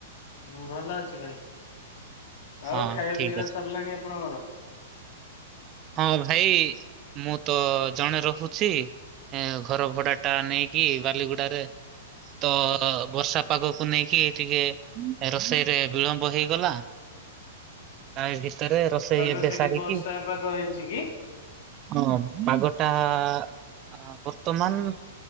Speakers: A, on the left; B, on the right.
A: ମୁଁ ଭଲ ଅଛି ଭାଇ। ଆଉ
B: ହଁ
A: ଖାଇବା
B: ଠିକ
A: ପିଇବା
B: ଅଛି।
A: ସରିଲାଣି ଆପଣଙ୍କର?
B: ହଁ ଭାଇ ମୁଁ ତ ଜଣେ ରହୁଛି। ଏ ଘର ଭଡା ଟା ନେଇକି ବାଲିଗୁଡାରେ ତ ବର୍ଷା ପାଗକୁ ନେଇକି ଟିକେ ରୋଷେଇରେ ବିଳମ୍ବ ହେଇଗଲା। ଆଉଭି ଭିତରେ ରୋଷେଇ
A: ପାଗ
B: ଏବେ
A: ସେଠି
B: ସାରିକି
A: ବର୍ଷା ପାଗ ହେଇଛି କି?
B: ହଁ ପାଗଟା ଆ ବର୍ତ୍ତମାନ